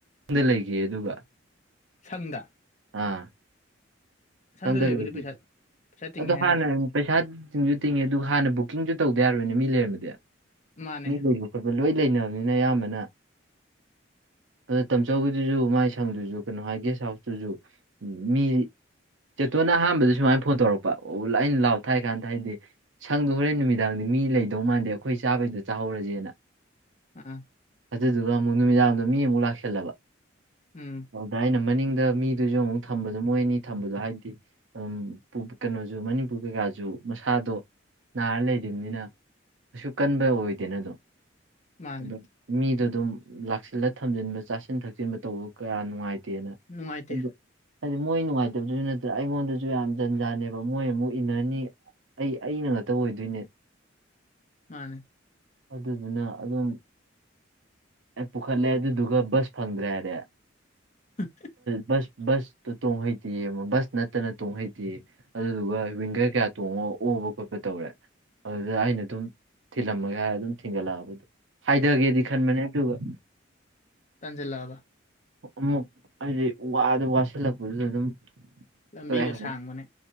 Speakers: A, on the right; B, on the left.
A: ꯌꯨꯝꯗ ꯂꯩꯒꯦꯌꯦ ꯑꯗꯨꯒ꯫
B: ꯁꯪꯗ꯫
A: ꯑꯥ
B: ꯑꯁꯪꯗ
A: ꯁꯪꯗ
B: ꯂꯩꯕꯗꯤ
A: ꯂꯩꯒꯦ
B: ꯄꯩꯁꯥ ꯄꯩꯁꯥ ꯇꯤꯡꯉꯦ
A: ꯑꯗꯣ
B: ꯍꯥꯏꯗ꯭ꯔꯣ
A: ꯍꯥꯟꯅ꯫ ꯄꯩꯁꯥ ꯇꯤꯡꯁꯨ ꯇꯤꯡꯉꯦ ꯑꯗꯨ ꯍꯥꯟꯅ ꯕꯨꯛꯀꯤꯡꯁꯨ ꯇꯧꯗ ꯌꯥꯔꯣꯏꯅꯦ ꯃꯤ ꯂꯩꯔꯝꯃꯗꯤ
B: ꯃꯥꯅꯦ
A: ꯃꯤ ꯂꯩ꯫ ꯈꯣꯠꯄ ꯂꯣꯏ ꯂꯩꯅꯕꯅꯤꯅ ꯑꯌꯥꯝꯕꯅ꯫ ꯑꯗꯣ ꯇꯝꯆꯧꯕꯒꯤꯗꯨꯁꯨ ꯃꯥꯏ ꯁꯪꯗꯨꯁꯨ ꯀꯩꯅꯣ ꯍꯥꯏ ꯒꯦꯁ ꯍꯥꯎꯁ꯫ ꯗꯨꯁꯨ ꯃꯤ ꯆꯦꯇꯣꯟꯅ ꯑꯍꯥꯟꯕꯗ ꯁꯨꯃꯥꯏꯅ ꯐꯣꯟ ꯇꯧꯔꯛꯄ ꯑꯣ ꯑꯩꯅ ꯂꯥꯎꯑꯣ ꯊꯥꯏ ꯍꯥꯏ ꯀꯥꯟꯗ ꯍꯥꯏꯗꯤ ꯁꯪꯗꯣ ꯍꯣꯔꯦꯟ ꯅꯨꯃꯤꯗꯥꯡꯗꯤ ꯃꯤ ꯂꯩꯗꯧ ꯃꯥꯟꯗꯦ ꯑꯩꯈꯣꯏ ꯆꯥꯕꯩꯗꯣ ꯆꯥꯍꯧꯔꯁꯦꯅ꯫
B: ꯑꯥ
A: ꯑꯗꯨꯗꯨꯒ ꯑꯃꯨꯛ ꯅꯨꯃꯤꯗꯥꯡꯔꯝꯗ ꯃꯤ ꯑꯃꯨꯛ ꯂꯥꯛꯁꯜꯂꯕ꯫
B: ꯎꯝ꯫
A: ꯑꯗ ꯑꯩꯅ ꯃꯅꯤꯡꯗ ꯃꯤꯗꯨꯁꯨ ꯑꯃꯨꯛ ꯊꯝꯕꯗꯣ ꯃꯣꯏꯅꯤ ꯊꯝꯕꯗꯣ ꯍꯥꯏꯗꯤ ꯎꯝ ꯀꯩꯅꯣꯁꯨ ꯃꯅꯤꯄꯨꯔ ꯀꯩꯀꯥꯁꯨ ꯃꯁꯥꯗꯣ ꯅꯥꯔ ꯂꯩꯔꯤꯕꯅꯤꯅ꯫ ꯀꯩꯁꯨ ꯀꯟꯕ ꯑꯣꯏꯗꯦꯅ ꯑꯗꯨꯝ
B: ꯃꯥꯅꯦ
A: ꯑꯗꯨꯝ ꯃꯤꯗꯣ ꯑꯗꯨꯝ ꯂꯥꯛꯁꯤꯜꯂ ꯊꯝꯖꯤꯟꯕ ꯆꯥꯁꯤꯟ ꯊꯛꯆꯤꯟꯕ ꯇꯧꯕ ꯀꯌꯥ ꯅꯨꯡꯉꯥꯏꯇꯦꯅ꯫
B: ꯅꯨꯡꯉꯥꯏꯇꯦ
A: ꯑꯗ ꯍꯥꯏꯗꯤ ꯃꯣꯏ ꯅꯨꯡꯉꯥꯏꯇꯕꯗꯨꯁꯨ ꯅꯠꯇꯅ ꯑꯩꯉꯣꯟꯗꯁꯨ ꯌꯥꯝ ꯖꯟꯖꯥꯅꯦꯕ ꯃꯣꯏ ꯑꯃꯨꯛ ꯏꯟꯅꯅꯤ꯫ ꯑꯩ ꯑꯩꯅ ꯉꯥꯛꯇ ꯑꯣꯏꯗꯣꯏꯅꯦ꯫
B: ꯃꯥꯅꯦ꯫
A: ꯑꯗꯨꯗꯨꯅ ꯑꯗꯨꯝ꯫ ꯄꯨꯈꯠꯂꯦ ꯑꯗꯨꯗꯨꯒ ꯕꯁ ꯐꯪꯗ꯭ꯔꯦ ꯍꯥꯏꯔꯦ꯫
B: <unintelligible>
A: ꯕꯥꯁ ꯕꯥꯁ ꯇꯣꯡ ꯍꯩꯇꯌꯦ ꯕꯥꯁ ꯅꯠꯇꯅ ꯇꯣꯡ ꯍꯩꯇꯦꯌꯦ꯫ ꯑꯗꯨꯗꯨꯒ ꯋꯤꯡꯒꯔ ꯀꯌꯥ ꯇꯣꯡꯉꯒ ꯑꯣꯕ ꯈꯣꯠꯄ ꯇꯧꯔꯦ꯫ ꯑꯗꯨꯗ ꯑꯩꯅ ꯑꯗꯨꯝ ꯊꯤꯜꯂꯝꯃꯒꯦ ꯍꯥꯏꯔ ꯑꯗꯨꯝ ꯊꯤꯟꯒꯠꯂꯛꯑꯕꯗꯣ꯫ ꯍꯥꯏꯊꯒꯦꯗꯤ ꯈꯟꯕꯅꯦ ꯑꯗꯨꯒ꯫
B: ꯇꯟꯖꯤꯜ ꯂꯕꯥ
A: ꯑꯃꯨꯛ ꯍꯥꯏꯗꯤ ꯋꯥꯗ ꯋꯥꯁꯤꯜꯂꯛꯄꯗꯨꯗ ꯑꯗꯨꯝ
B: ꯂꯝꯕꯤꯒ
A: ꯇꯣꯛꯑꯦ ꯍꯥꯏꯕ,
B: ꯁꯥꯡꯕꯅꯦ꯫